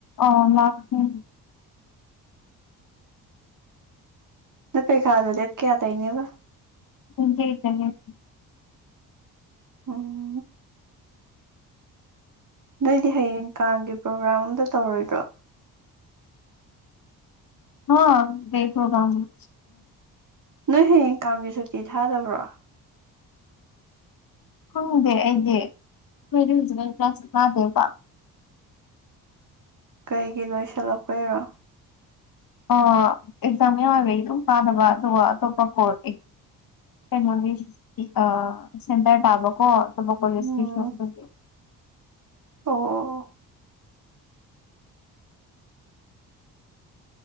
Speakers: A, on the left; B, on the right.
A: ꯑꯥ ꯂꯥꯛꯀꯅꯤ
B: ꯅꯣꯢ ꯄꯩꯈꯥꯗꯨ ꯗꯦꯠ ꯀꯌꯥ ꯗꯩꯅꯦꯕ
A: <unintelligible>
B: ꯎꯝ ꯅꯣꯢꯗꯤ ꯍꯌꯦꯡ ꯀꯥꯡꯒꯤ ꯄ꯭ꯔꯣꯒ꯭ꯔꯥꯝ ꯑꯝꯇ ꯇꯧꯔꯣꯢꯗ꯭ꯔꯣ
A: ꯍꯥ ꯀꯩ ꯄ꯭ꯔꯣꯒ꯭ꯔꯥꯝꯅꯣ
B: ꯅꯣꯏ ꯍꯌꯦꯡ ꯀꯥꯡꯒꯤ ꯁꯨꯇꯤ ꯊꯥꯗꯕ꯭ꯔꯣ
A: ꯈꯪꯗꯦ ꯑꯩꯗꯤ ꯑꯩꯈꯣꯢꯗꯤ ꯍꯧꯖꯤꯛꯃꯛ ꯀ꯭ꯂꯥꯁ ꯀꯥꯗꯦꯕ
B: ꯀꯩꯒꯤ ꯂꯣꯢꯁꯜꯂꯛꯄꯩꯔꯣ
A: ꯑ ꯑꯦꯛꯖꯥꯝ ꯃꯌꯥꯗ ꯑꯗꯨꯝ ꯀꯥꯗꯕ ꯑꯗꯨꯒ ꯑꯇꯣꯞꯄ ꯀꯣꯔꯠ ꯀꯩꯅꯣꯒꯤ ꯑ ꯁꯦꯟꯇ꯭ꯔ ꯇꯥꯕꯀꯣ ꯑꯇꯣꯞꯄ ꯀꯣꯜꯂꯦꯖꯀꯤꯁꯨ
B: ꯎꯝ
A: ꯑꯗꯨꯒꯤ
B: ꯑꯣ